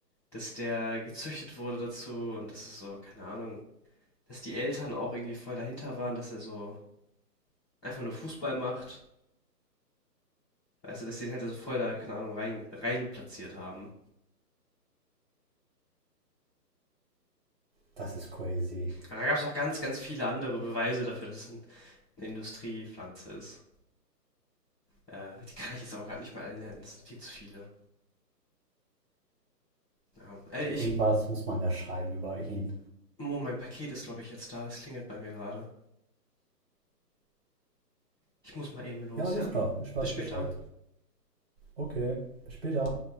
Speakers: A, in the centre; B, on the right.
A: dass der gezüchtet wurde dazu und das ist so keine Ahnung, dass die Eltern auch irgendwie voll dahinter waren, dass er so einfach nur Fußball macht Weißt du, dass die halt also voll da, keine Ahnung, rein, rein platziert haben.
B: Das ist crazy.
A: Aber da gab es auch ganz, ganz viele andere Beweise dafür, dass es ein, eine Industriepflanze ist. Äh, die kann ich jetzt aber gerade nicht mal alle nennen, es sind viel zu viele. Ja. Ey,
B: Ja,
A: ich,
B: irgendwas muss man ja schreiben über ihn.
A: Mo, mein Paket ist, glaube ich, jetzt da. Es klingelt bei mir gerade. Ich muss mal eben los,
B: Ja, alles
A: ja?
B: klar, ich weiß
A: Bis später.
B: Bescheid. Okay, bis später.